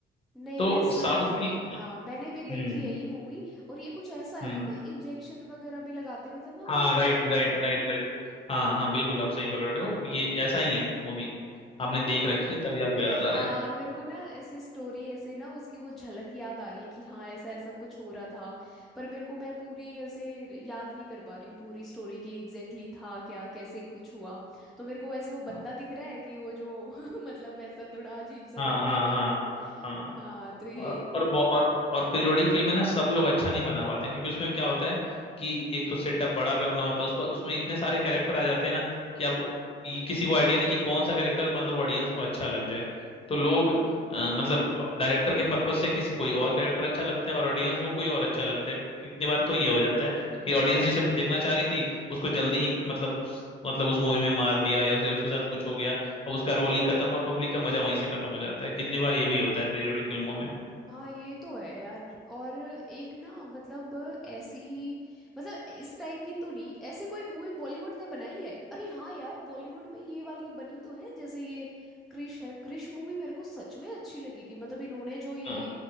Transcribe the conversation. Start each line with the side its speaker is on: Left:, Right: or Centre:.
Centre: नहीं
Left: तो
Centre: मैं समझ
Left: साउथ
Centre: गई
Left: की
Centre: हाँ मैंने भी देखी
Left: Hmm
Centre: है ये मूवी और ये कुछ ऐसा है
Left: hmm
Centre: ना कोई इंजेक्शन वगैरह भी लगाते हैं मतलब ना मुझे
Left: हाँ
Centre: बहुत
Left: राइट राइट राइट राइट हाँ हाँ बिल्कुल आप सही पकड़ रहे हो ये ऐसा ही है मूवी
Centre: हाँ
Left: आपने देख रखी है तभी आपको
Centre: हाँ
Left: याद आ रहा है
Centre: मेरे को ना ऐसे स्टोरी ऐसे ना उसकी वो झलक याद आ रही है कि हाँ ऐसा ऐसा कुछ हो रहा था पर मेरे को मैं पूरी ऐसे याद नहीं कर पा रही हूँ पूरी स्टोरी की एग्जैक्टली था क्या कैसे कुछ हुआ तो मेरे को ऐसे वो
Left: हाँ
Centre: बंदा दिख रहा है कि वो जो <laughs> मतलब ऐसा थोड़ा अजीब सा
Left: हाँ
Centre: बन गया था
Left: हाँ हाँ
Centre: हाँ तो यही
Left: और और बो- और और पीरियोडिक फिल्में ना सब लोग अच्छा नहीं बना पाते हैं, क्योंकि उसमें क्या होता है कि एक तो सेटअप बड़ा करना होता है उस पर उसमें इतने सारे कैरेक्टर आ जाते हैं ना कि अब ये किसी को आइडिया नहीं कि कौन सा कैरेक्टर मतलब ऑडियंस को अच्छा लग जाए तो लोग अ, मतलब डायरेक्टर के पर्पज से किसी कोई और कैरेक्टर अच्छा लगता है और ऑडियंस को कोई और अच्छा लगता है कितनी बार तो ये हो जाता है कि ऑडियंस जिसे देखना चाह रही थी उसको जल्दी ही मतलब उस- मतलब उस मूवी में मार दिया या उसे उसके साथ कुछ हो गया अब उसका रोल ही खत्म और पब्लिक का मजा वहीं से खत्म हो जाता है कितनी बार ये भी होता है पीरियोडिक फिल्मों में
Centre: हाँ ये तो है यार और एक ना मतलब ऐसी ही मतलब इस टाइप की तो नहीं ऐसी कोई मूवी बॉलीवुड ने बनाई है अरे हाँ यार बॉलीवुड में ये वाली बनी तो है जैसे ये क्रिश है क्रिश मूवी मेरे को सच में अच्छी लगी थी मतलब इन्होंने जो ये
Left: हाँ